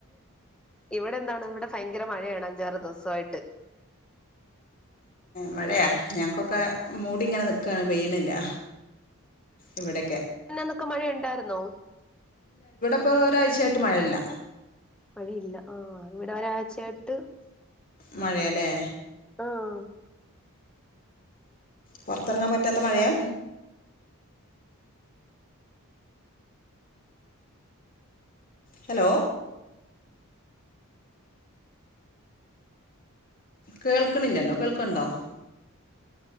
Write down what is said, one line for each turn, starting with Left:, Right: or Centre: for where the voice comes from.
Centre: ഇവിടെ എന്താണ് ഇവിടെ ഫയങ്കര മഴ ആണ് അഞ്ചാറു ദിവസായിട്ട്
Left: മഴ യ ഞങ്ങക്കൊക്കെ മൂടിങ്ങനെ നിക്കാണ് പെയ്യണില്ല ഇവിടെ
Centre: മിഞ്ഞാനൊക്കെ മഴ ഉണ്ടായിരുന്നോ?
Left: ഇപം ഒരാഴ്ചയായിട്ട് മഴ ഇല്ല
Centre: അതില്ല. ആഹ് അഇവടെ ഒരാഴ്ച ആയിട്ട്
Left: മഴേലേ
Centre: ആഹ്
Left: പൊർത്തെറങ്ങാൻ പറ്റാത്ത മഴയാ? ഹലോ കേൾക്ണ് ഇല്ലല്ലോ. കേൾക് ണ്ടോ?